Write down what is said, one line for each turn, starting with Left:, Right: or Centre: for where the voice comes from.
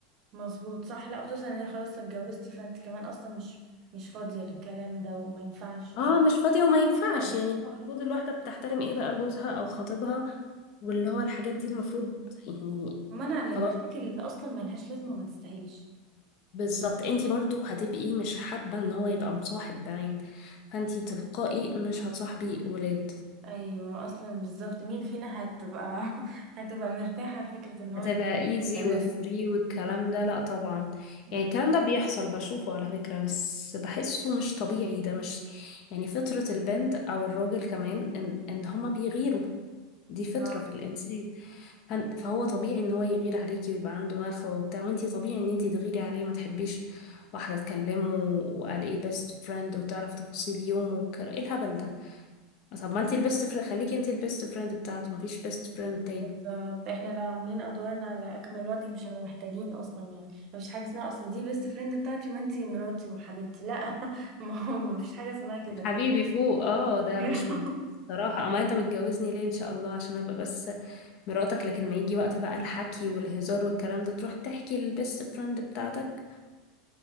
Right: مظبوط صح لا خصوصا ان هي خلاص اتجوزتي فانت كمان اصلا مش مش فاضية للكلام ده وما ينفعش
Left: اه مش فاضية وما ينفعش
Right: اه
Left: يعني المفروض
Right: صح
Left: الواحدة بتحترم ايه بقى جوزها او خطيبها واللي هو الحاجات دي المفروض يعني
Right: ومنع للمشاكل
Left: خلاص
Right: اللي اصلا ملهاش لازمة وما تستاهلش
Left: بالظبط انتي برضو هتبقي مش حابة ان هو يبقى مصاحب بنات فانتي تلقائي مش هتصاحبي ولاد
Right: ايوه اصلا بالظبط مين فينا هتبقى <laughs> هتبقى مرتاحة لفكرة ان هو
Left: هتبقى
Right: يكون
Left: ايزي
Right: بنات
Left: وفري والكلام ده لا طبعا
Right: <laughs>
Left: يعني الكلام ده بيحصل بشوفه على فكرة بس بحسه مش طبيعي ده مش يعني فطرة البنت او الراجل كمان ان ان هما بيغيروا دي فطرة
Right: اه
Left: في الإنسان فن- فهو طبيعي ان هو يغير عليكي ويبقى عنده نخوة وبتاع وانتي طبيعي ان انتي تغيري عليه ما تحبيش واحدة تكلمه وقال ايه بيست فريند وتعرف تفاصيل يومه وكر... ايه الهبل ده طب ما انتي البيست فريند خليكي انتي البيست فريند بتاعته مفيش بيست فريند تاني
Right: بالظبط احنا لو عاملين ادوارنا على اكمل وجه مش هنبقى محتاجين اصلا يعني مفيش حاجة اسمها اصل دي بيست فريند بتاعتي وانتي مراتي وحبيبتي لا <laughs> ما هو مفيش حاجة اسمها كده
Left: حبيبي فوق اه ده
Right: <laughs>
Left: مش منطقي صراحة اما انت متجوزني ليه ان شاء الله عشان ابقى بس مراتك لكن ما يجي وقت بقى الحكي والهزار والكلام ده تروح تحكي للبيست فريند بتاعتك